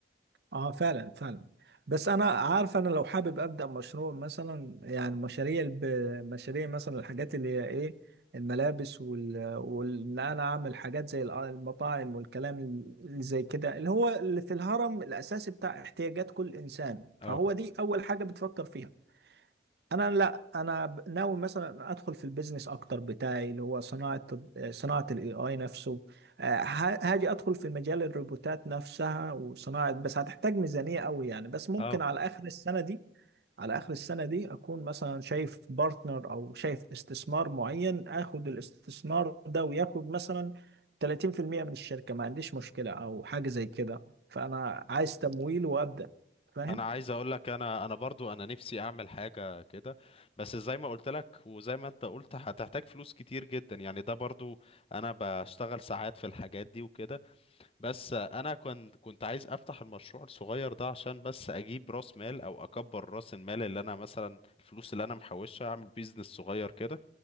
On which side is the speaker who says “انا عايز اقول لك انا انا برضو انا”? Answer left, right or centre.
Left